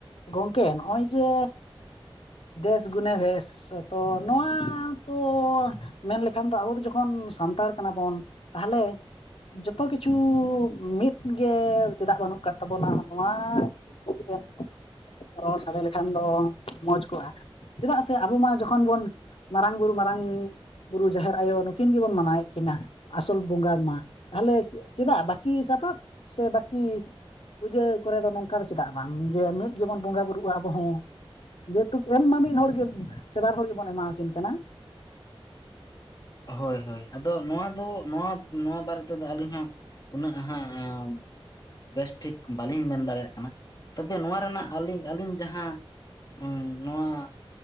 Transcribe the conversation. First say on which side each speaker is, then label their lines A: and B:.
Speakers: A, on the left; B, on the left.
A: ᱜᱚᱝᱠᱮ ᱱᱚᱜ-ᱚᱭ ᱡᱮ ᱫᱮᱥ ᱜᱩᱱᱮ ᱵᱷᱮᱥ᱾ ᱟ <unintelligible> ᱛᱚ ᱱᱚᱣᱟ ᱛᱚ ᱢᱮᱱ ᱞᱮᱠᱷᱟᱱ ᱫᱚ ᱟᱵᱚ ᱡᱚᱠᱷᱚᱱ ᱥᱟᱱᱛᱟᱲ ᱠᱟᱱᱟᱵᱚᱱ᱾ ᱛᱟᱦᱚᱞᱮ ᱡᱚᱛᱚ ᱠᱤᱪᱷᱩ ᱢᱤᱫ ᱜᱮ ᱪᱮᱫᱟᱜ ᱵᱟᱹᱱᱩᱜ ᱟᱠᱟᱜ ᱛᱟᱵᱚᱱᱟ ᱱᱚᱣᱟ ᱵᱮ <unintelligible> ᱨᱚᱲ ᱥᱟᱰᱮ ᱞᱮᱠᱷᱟᱱ ᱫᱚ ᱢᱚᱡᱽ ᱪᱮᱫᱟᱜ ᱥᱮ ᱟᱵᱚ ᱢᱟ ᱡᱚᱠᱷᱚᱱ ᱵᱚᱱ ᱢᱟᱨᱟᱝ ᱵᱩᱨᱩ ᱢᱟᱨᱟᱝ ᱵᱩᱨᱩ ᱡᱟᱦᱮᱨ ᱟᱭᱳ ᱱᱩᱠᱤᱱ ᱜᱮ ᱵᱚᱱ ᱢᱟᱱᱟᱣᱮᱫ ᱠᱤᱱᱟᱹ ᱟᱥᱚᱞ ᱵᱚᱸᱜᱟ ᱢᱟ ᱛᱟᱦᱞᱮ ᱪᱮᱫᱟᱜ ᱵᱟᱹᱠᱤ ᱥᱟᱯᱟᱵ ᱥᱮ ᱵᱟᱠᱤ ᱯᱩᱡᱟᱹ ᱠᱚᱨᱮ ᱫᱚ ᱱᱚᱝᱠᱟ ᱫᱚ ᱪᱮᱫᱟᱜ ᱵᱟᱝ ᱡᱮ ᱢᱤᱫ ᱜᱮᱵᱚᱱ ᱵᱚᱸᱜᱟ ᱵᱩᱨᱩᱜᱼᱟ ᱟᱵᱚ ᱦᱚᱸ ᱡᱮᱦᱮᱛᱩ ᱮᱢ ᱢᱟ ᱢᱤᱫ ᱦᱚᱲᱜᱮ ᱥᱮ ᱵᱟᱨ ᱦᱚᱲ ᱜᱮᱵᱚᱱ ᱮᱢᱟᱣᱠᱤᱱ ᱠᱟᱱᱟ
B: ᱦᱳᱭ ᱦᱳᱭ ᱟᱫᱚ ᱱᱚᱣᱟ ᱫᱚ ᱱᱚᱣᱟ ᱱᱚᱣᱟ ᱵᱟᱨᱮ ᱛᱮᱫᱚ ᱟᱹᱞᱤᱧ ᱦᱚᱸ ᱩᱱᱟᱹᱜ ᱦᱟᱸᱜ ᱵᱮᱥᱴᱷᱤᱠ ᱵᱟᱹᱞᱤᱧ ᱢᱮᱱ ᱫᱟᱲᱮᱭᱟᱜ ᱠᱟᱱᱟ ᱛᱚᱵᱮ ᱱᱚᱣᱟ ᱨᱮᱱᱟᱜ ᱟᱹᱞᱤᱧ ᱟᱹᱞᱤᱧ ᱡᱟᱦᱟᱸ ᱦᱩᱸ ᱱᱚᱣᱟ